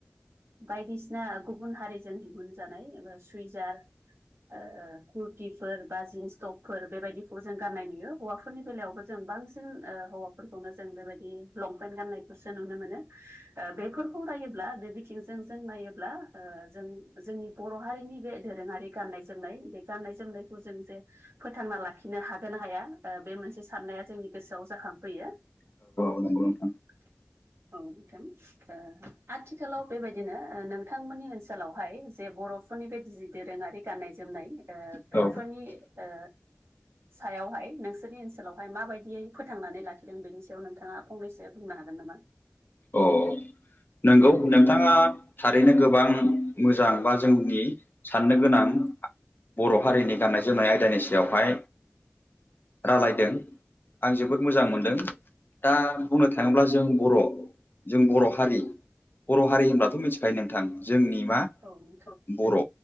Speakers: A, on the right; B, on the left.
A: बायदिसिना गुबुन हारिजों दिहुनजानाय। सुइजार ओ कुरथिफोर बा जिन्स टपफोर बेबायदिखौबो जों गाननाय नुयो। हौवाफोरनि बेलायावबो जों बांसिन हौवाफोरखौनो जों बेबायदि लंपेन्ट गाननायखौसो नुनो मोनो। बेफोरखौ नायोब्ला बे बिथिंजों जों नायोब ब्ला जों जोंनि बर' हारिनि बे दोरोङारि गाननाय जोमनाय बे गान्नाय जोमनायखौ जों जे फोथांना लाखिनो हागोन ना हाया? बे मोनसे साननाया जोंनि गोसोआव जाखांफैयो
B: <unintelligible>
A: <unintelligible> औ नोंथां आथिखालाव बेबायदिनो नोंथांमोननि ओनसोलावहाय जे बर' बर'फोरनि जि दोरोङारि गाननाय जोमनाय
B: उम
A: बेफोरनि ओ सायावहाय नोंसोरनि ओनसोलावहाय माबायदियै फोथांनानै लाखिदों। बेनि सायाव नोंथाङा फंनैसो बुंनो हागोन। नामा?
B: अ नंगौ न बिथाङा थारैनो गोबां मोजां बा जोंनि साननो गोनां बर' हारिनि गाननाय जोमनाय आयदानि सायावहाय रायलाइदों आं जोबोद मोजां मोनदों। दा बुंनो थाङोब्ला जों बर' जों बर' हारि बर' हारि होनब्लाथ' मिथिखायो नोंथां जोंनि बा
A: औ नोंथां
B: बर'